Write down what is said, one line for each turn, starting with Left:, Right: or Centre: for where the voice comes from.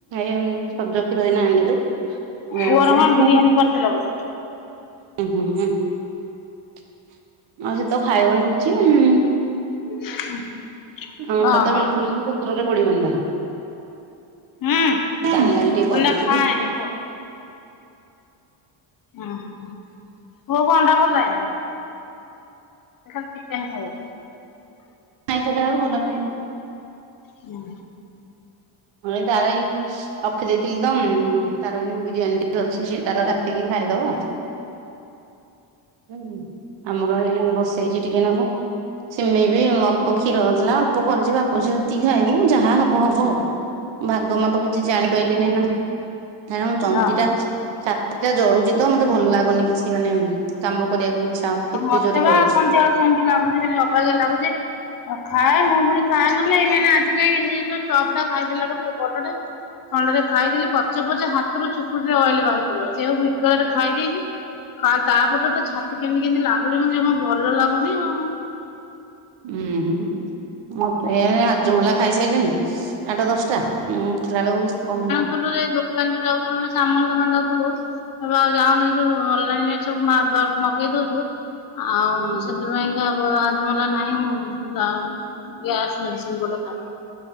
Right: ଏ ସଜ କ୍ଷୀର ଏଇନା ଆଣିଲେ ଯୋଉ <unintelligible> ହୁଁ
Left: ପୁଅର
Right: ହୁଁ
Left: କଣ ବିରିୟାନୀ କରିଥିଲ ବୋଧେ?
Right: ହୁଁ ଆଉ ସେ ତ ଖାଇବନି କିଛି। ଉଁ
Left: <inaudible>
Right: ଅଣ୍ଡା
Left: ଓହୋ
Right: ତ ବିଲକୁଲ୍ ହିଁ ପତ୍ରରେ ପଡିିବନି ତାର।
Left: ହୁଁ
Right: ତାହାର ଲାଗି ଟିକେ କରିଦେଇଥିଲି
Left: ଅଣ୍ଡା ଖାଏନି
Right: କି?
Left: ପୁଅ। ଓହୋ ପୁଅକୁ ଅଣ୍ଡା ଭଲ ଲାଗେନି ଜମା? ଖାଲି ଚିକେନ ଖାଇବ।
Right: ଆଇଁଷ ଖାଇବାକୁ ଭଲ ଲାଗେନି?
Left: ନା।
Right: ହଁ ଏଇ ତା ନାଗି ରଖି ଦେଇେଥିଲି ଦମ ତାର ସେଇ ବିରିୟାନୀ ଟିକେ ଅଛି ସିଏ ତାର ରାତିକି ଖାଇଦବ। ହୁଁ ଆମର ଏ ବସେଇଚି ଟିକେ ନାକୁ। ସିମେଇ ବି ଅଳ୍ପ କ୍ଷୀର ନଥିଲା ଅଳ୍ପ କରିଚି ବାପ ଝିଅ ସେମତିକି ଖାଇବୁ ଯାହା ହବ ହବ ଆଉ। ଭାଗ ମାପ କିଛି ଜାଣିପାରିଲିନି ନା କାରଣ ଚନ୍ତିଟା
Left: ହ୍ୟାଲୋ।
Right: ଛାତିଟା ଜଳୁଚି ତ ମତେ ଭଲ ଲାଗୁନି କିଛି ମାନେ କାମ କରିବାକୁ ଇଚ୍ଛା ହୋଉ
Left: ଆଉ
Right: କେତେ
Left: ମତେ
Right: ଜୋରେ
Left: ବା
Right: ଜଳୁଚି।
Left: ସନ୍ଧ୍ୟା ବେଳୁ ସେମିତି ଲାଗୁଚି ବୋଲି ଅବାଗିଆ ଲାଗୁଚି। ଆଉ ଖାଏ ମୁଁ ପୁଣି ଖାଏନ ନା ନାହିଁ ମାନେ ଆଜି କାଇଁ ସେଇ ଯୋଉ ଚପ୍ ଟା ଖାଇଥିଲାରଠୁ ପୁ ବଡ଼ଟେ ଥଣ୍ଡାରେ ଖାଇଦେଲି ପଚେ ପଚେ ହାତରୁ ଚୁପୁଡିରେ ଅଏଲ୍ ବାହାରି ପଡିବ ସେବୁ ବିକଳରେ ଖାଇଦେଇକି କା ତାପରଠୁ ତ ଛାତି କେମିତି କେମିତି ଲାଗୁଚି ମତେ ଜମା ଭଲ ଲାଗୁନି ଆଉ।
Right: ଉୁଁ ହୁଁ ମତେ ରାଜମୂଲା ଖାଇସାଇଲିଣି ଆଠ ଦଶଟା। ମୁଁ ଉଠିଲାବେଳକୁ କିଛି କୋହୁନି।
Left: ଥିଲୁ ଏଇ ଯୋଉ ଦୋକାନ ଯୋଉ ଯାଉଥିଲୁ ନା ସାମଲ୍ ଦୋକାନ ଯାଉଥିଲୁ ଏବେ ଆଉ ଯାଉନି ଏଇ ଯୋଉ ଅନଲାଇନ ରେ ସବୁ <unintelligible> ମଗେଇ ଦୋଉଚୁ। ଆଉ
Right: ହୁଁ
Left: ସେଥିପାଇଁକା ତ ହଜମୁଲା ନାହିଁ ମୁଁ ଯାଉ ଗ୍ୟାସ୍ ମେଡିସିନ ଗୋଟେ ଖାଇବି।